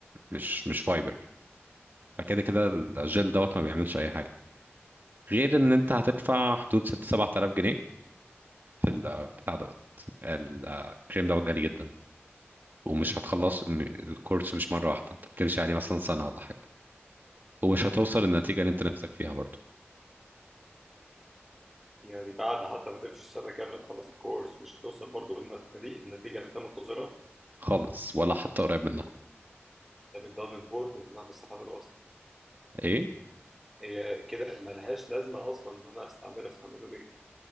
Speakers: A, on the right; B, in the centre.
A: مش مش فايبر فكده كده
B: أوكي.
A: الجل دوت ما بيعملش أي حاجة غير إن أنت هتدفع حدود ست سبعة آلاف جنيه في البتاع دوت الكريم دوت غالي جدا ومش هتخلص م- الكورس مش مرة واحدة أنت بتمشي عليه مثلا سنة ولا حاجة ومش هتوصل للنتيجة اللي أنت نفسك فيها برضو
B: يعني بعد حتى ما تمشي السنه كامله تخلص الكورس مش هتوصل برضه للنتيجه النتيجه اللي انت منتظرها
A: خالص ولا حتى قريب منها
B: طب it doesn't work ان انا استعمله اصلا
A: إيه
B: هي كده ملهاش لازمه اصلا ان انا استعمله استعمله ليه؟